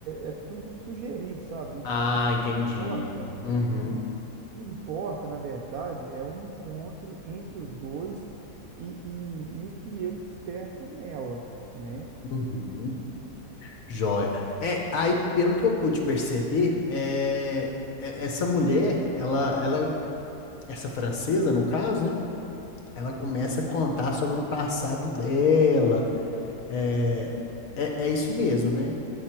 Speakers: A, on the right; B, on the left.
A: é é tudo sugerido, sabe? O,
B: Ah,
A: o que
B: entendi.
A: importa,
B: Uhum.
A: isso, o que importa, na verdade, é o encontro entre os dois e, e, e o que ele desperta nela, né?
B: Uhum. Joia. É, aí, pelo que eu pude perceber, é, é- essa mulher, ela, ela, essa francesa, no caso, né? Ela começa a contar sobre o passado dela É, é, é isso mesmo, né?